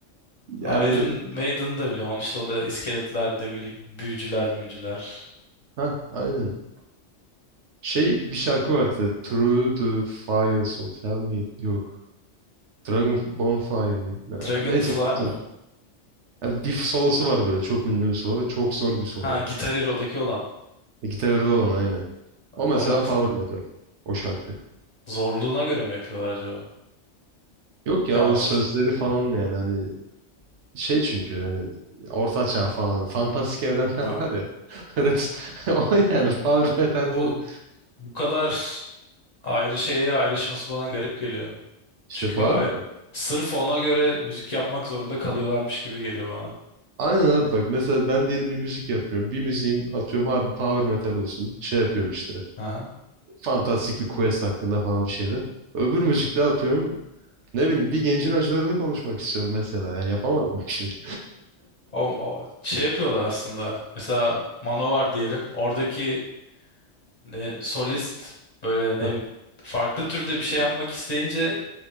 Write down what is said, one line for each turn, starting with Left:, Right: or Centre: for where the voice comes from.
Right: Yani
Left: Iron Maiden'ı da biliyorum. Onun işte onda iskeletler de bileyim. Büyücüler müyücüler.
Right: ha aynen. Şey bir şarkı vardı. Through the Fires of Hell miydi? Yok. Dragon Bonfire mi? Ne-
Left: Dragonfly
Right: Neyse unuttum.
Left: mı?
Right: Ya bir solosu var böyle çok ünlü bir solo ve çok zor bir solo.
Left: Ha Guitar Hero'daki olan.
Right: E, Gitarı da olan aynen. O
Left: Onu
Right: mesela power metal. O şarkı.
Left: <laughs> zorluğuna göre mi yapıyorlar acaba?
Right: Yok
Left: Çalması.
Right: ya o sözleri falan da yani hani şey çünkü hani orta çağ falan hani fantastik evrenler
Left: Ha.
Right: var ya. <laughs> Res- O yani power metal
Left: Bu
Right: bu.
Left: bu kadar ayrı şeye ayrışması bana garip geliyor.
Right: İşte
Left: Çünkü
Right: bana
Left: a-
Right: da
Left: sırf ona göre müzik yapmak zorunda kalıyorlarmış gibi geliyor bana.
Right: aynen abi bak mesela ben diyelim bir müzik yapıyorum. Bir müziğim atıyorum harbi power metal olsun. Şey yapıyorum işte
Left: Aha.
Right: fantastik bir quest hakkında falan bir şeyler. Öbür müzikte atıyorum ne bileyim bir gencin acılarını konuşmak istiyorum mesela. Yani yapamadım şimdi.
Left: O, o- şey yapıyorlar aslında. Mesela Manowar diyelim. Oradaki ne, solist böyle ne
Right: <laughs>
Left: farklı türde bir şey yapmak isteyince